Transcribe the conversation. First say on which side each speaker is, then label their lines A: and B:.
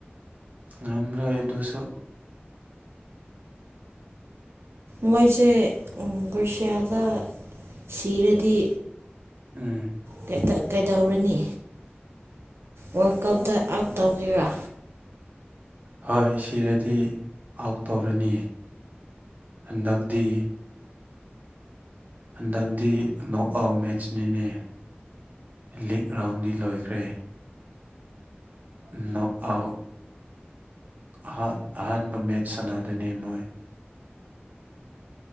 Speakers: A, on the right (about 40°); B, on the right (about 85°).
A: ꯉꯝꯂꯣꯏ ꯑꯗꯨꯁꯨ
B: ꯃꯣꯏꯁꯦ ꯎꯝ ꯀꯣꯔꯁꯤꯌꯥꯗ ꯁꯤꯔꯗꯤ
A: ꯎꯝ
B: ꯀꯩꯇ ꯀꯩꯗꯧꯔꯅꯤ ꯋꯥꯔꯜ ꯀꯞꯇ ꯑꯥꯎꯞ ꯇꯧꯒꯦꯔꯥ
A: ꯍꯣꯏ ꯁꯤꯔꯗꯤ ꯑꯥꯎꯠ ꯇꯧꯔꯅꯤ ꯍꯟꯗꯛꯇꯤ ꯍꯟꯗꯛꯇꯤ ꯅꯣꯛ ꯑꯥꯎꯠ ꯃꯦꯠꯆꯅꯤꯅꯦ ꯂꯤꯛ ꯔꯥꯎꯟꯗꯤ ꯂꯣꯏꯈ꯭ꯔꯦ ꯅꯣꯛ ꯑꯥꯎꯠ ꯑꯍꯥ ꯑꯍꯥꯟꯕ ꯃꯦꯠꯁ ꯁꯟꯅꯥꯗꯣꯏꯅꯦ ꯃꯣꯏ